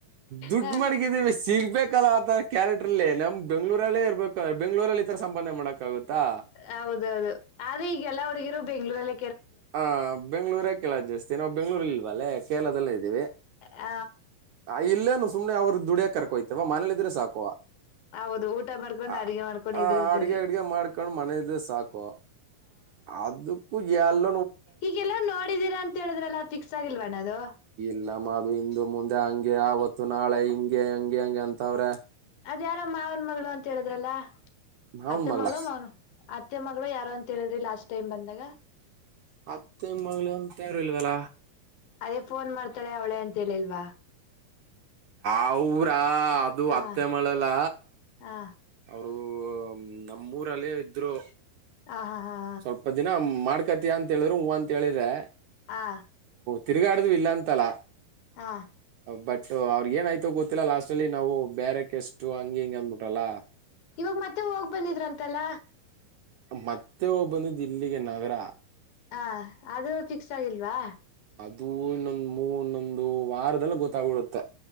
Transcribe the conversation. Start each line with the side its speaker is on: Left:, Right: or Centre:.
Right: ದುಡ್
Left: ಹ
Right: ಮಡಗಿದೀವಿ ಸಿಗ್ಬೇಕಲ್ಲಾ ಆತರ ಕ್ಯಾರೆಕ್ಟ್ರಲ್ಲಿ ನಮ್ ಬೆಂಗಗಳೂರಲ್ಲೇ ಇರಬೇಕು ಬೆಂಗ್ಗಳೂರಲ್ಲಿ ತಥರ ಸಂಪಾದನೆ ಮಾಡಕ್ ಆಗುತ್ತಾ
Left: ಹೌದೌದು ಆದ್ರೆ ಈಗೆಲ್ಲವರ್ಗಿರೋ ಬೆಂಗ್ಳೂರಲ್ಲ
Right: ಹ ಬೆಂ್ಗಳೂರ ಳ ಜಾಸ್ತಿ ನಾವು ಬೆಂಗಳೂ ಇಲ್ವ ಅಲ್ಲ ಕೇರಳದಲ್ಲೇ ಇದೀವಿ
Left: ಹ
Right: ಅಲ್ಲೇನು ಸುಮ್ಮನೆ ಅವ್ರ ದುಡಿಯಕ ಕಕೋ್ತವ ಮನೇ ಇದ್ರೆ ಸಾಕುವ
Left: ಹೌದು ಊಟ ಮಾಡ್ಕೊಂಡು
Right: ಹ
Left: ಅಡ್ಗೆ ಮಾಡ್ಕೊಂಡು ಇದ್ರೆ
Right: ಅಡ್ಗೆ
Left: ಸರಿ
Right: ಅಡ್ಗೆ ಮಾಡ್ಕೊಂಡು ಮನದ ಸಾಕು ಅದಕ್ಕೂ ಎಲ್ಲ
Left: ಈಗೆಲ್ಲ ನೋಡಿದೀರಾ ಅಂತ ಹೇಳಿದ್ರಲ್ಲ ಫಿಕ್ಸ್ ಆಗಿಲ್ವಣ ಅದು
Right: ಎಲ್ಲ ಅು ಇಂದು ಮುಂದೆ ಹಂಗೆ ಆವತ್ತು ನಾಳೆ ಹಿಂಗೆ ಹಂಗೆ ಹಂಗೆ ಅಂತವ್ರೆ
Left: ಅದ ಯಾರೋ ಮಾವನ್ ಮಗಳು ಅಂತ ಹೇಳದ್ರಲ್ಲ
Right: ಮಾವನ್
Left: ಹತ್ತೆ
Right: ಮಗಳ
Left: ಮಳ ಮಾಡನು ಅತ್ತೆ ಮಗಳು ಯಾರು ಅಂತ ಹೇಳಿದ್ರಿ ಲಾಸ್ಟ್ ಟೈಮ್ ಬಂದಾಗ
Right: ಮತ್ತೆ ಮ ತಯಾರ ಇಲ್ವಲ
Left: ಅದೇ ಫೋನ್ ಮಾಡ್ತಾಳೆ ಅವಳೆ ಅಂತ ಹೇಳಿಲ್ವಾ
Right: ಅವರ ಹ ಅದು
Left: ಹ
Right: ಅತ್ತೆ ಮಳೆಲ್ಲ
Left: ಹಾ
Right: ಹೌ ಅ ನಮ್ಮೂರಲ್ಲೇ ಇದ್ರು
Left: ಹ ಹಾ ಹಾ
Right: ಸ್ವಲ್ಪ ದಿನ ಕತ ಅಂತ ಹೇಳ್ರರು ಹೂ ಅಂತ ಹೇಳಿದ್ರೆ
Left: ಹಾ
Right: ತಿರುಗಾಡ್ದ ಇಲ್ಲಾ ಅಂತಲ್ಲ
Left: ಹಾ
Right: ಬಟ್ ಅವ್ರಗ ಏನಯ್ತೋ ಗೊತ್ತಿಲ್ಲ ಲಾಸ್ಟ್ ಅಲ್ಲಿ ನಾವು ಬೇರೆಕ ಎಷ್ಟು ಹಂಗಿ ಹಿಂಗ ಅಂದ್ಬಿಟಲ್ಲ
Left: ಇವಾಗ ಮತ್ತೆ ಹೋಗ್ ಬಂದಿದ್ರಂತಲ್ಲ
Right: ಮತ್ತೆ ಒಬ್ಬಂದು ದಿಲ್ಲಿಗೆ ನಗರ
Left: ಹಾ ಅದು ಫಿಕ್ಸ್ ಆಗಿಲ್ವಾ
Right: ದು ಇನ್ನೊಂದು್ ಮೂ ಇನ್ನೊಂದು ವಾರದೆಲ್ಲ ಗೊತ್ತಾಗಿ್ಬಿಡುತ್ತೆ